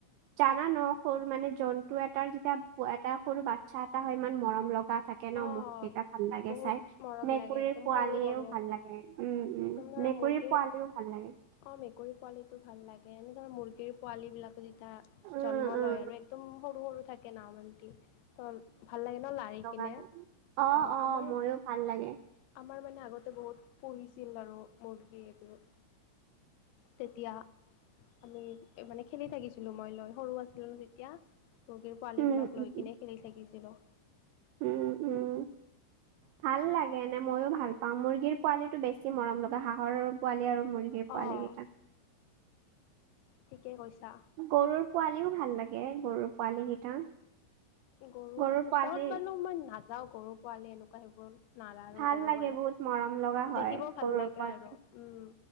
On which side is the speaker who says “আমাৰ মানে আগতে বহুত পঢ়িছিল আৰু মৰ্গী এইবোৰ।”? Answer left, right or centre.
Left